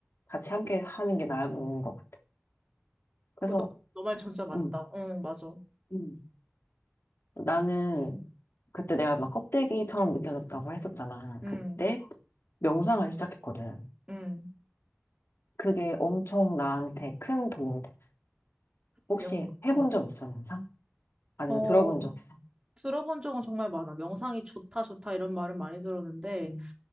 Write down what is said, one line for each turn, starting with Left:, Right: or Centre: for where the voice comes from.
Left: 같이 함께 하는 게 나은 것 같아. 그래서
Right: 그 너, 너 말 진짜 맞다.
Left: 음.
Right: 응, 맞아.
Left: 음. 나는 그때 내가 막 껍데기처럼 느껴졌다고 했었잖아.
Right: 응,
Left: 그때 명상을 시작했거든.
Right: 응,
Left: 그게 엄청 나한테 큰 도움이 됐어. 혹시
Right: 내용,
Left: 해본
Right: 어.
Left: 적 있어, 명상? 아니면
Right: 어,
Left: 들어본 적 있어?
Right: 들어본 적은 정말 많아. 명상이 좋다, 좋다 이런 말은 많이 들었는데
Left: 음,